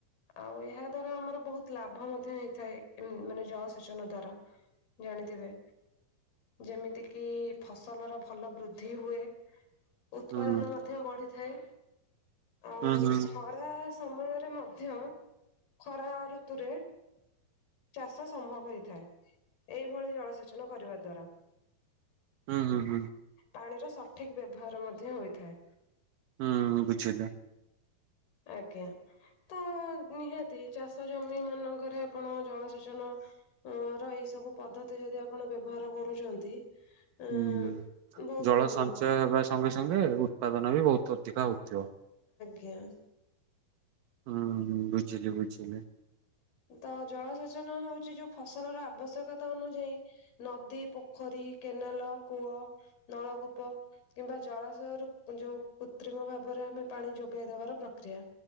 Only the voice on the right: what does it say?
ହୁଁ
ହୁଁ ହୁଁ
ହୁଁ ହୁଁ ହୁଁ।
ହୁଁ ବୁଝିଲ।
ହୁଁ
ଜଳ
ସଞ୍ଚୟ ହେବା ସଙ୍ଗେ ସଙ୍ଗେ ଉତ୍ପାଦନ ବି ବହୁତ ଅଧିକା ହଉଛି। ତ
ହୁଁ ବୁଝିଲି ବୁଝିଲି।